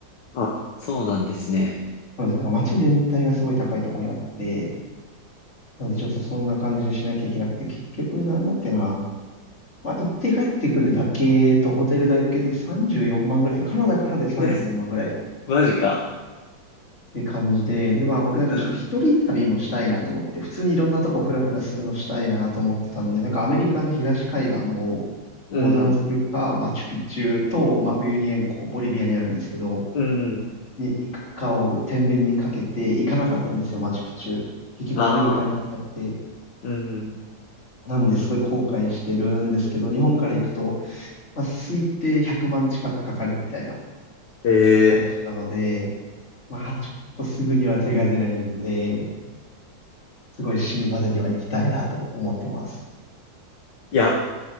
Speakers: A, on the left; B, on the left.
A: あ、そうなんですね。
B: そうですね。なんか街全体がすごい高いところにあって、なんでちょっとそんな感じにしなきゃいけなくて、結局なんだっけな。まあ、行って帰ってくるだけとホテル代だけで34万ぐらい。カナダからで34万ぐらいっ
A: <laughs> えマジか。
B: て感じで、で、まあ僕なんかちょっと一人旅もしたいなと思って、
A: うん。
B: 普通にいろんなとこフラフラするのしたいなと思ってたんで、なんかアメリカの東海岸を横断するか、
A: うん。
B: マチュピチュと、まあウユニ塩湖、ボリビアにあるんですけど、
A: うん。
B: に行くかを天秤にかけて行かなかったんですよ、マチュピチュ。結局アメリカに行っちゃって、
A: ああ、うん。
B: なんですごい後悔してるんですけど、日本から行くと、まあ、推定100万近くかかるみたいな
A: ええ
B: 感じなので、まあちょっとすぐには手が出ないんで、すごい死ぬまでには行きたいなと思ってます。
A: いや、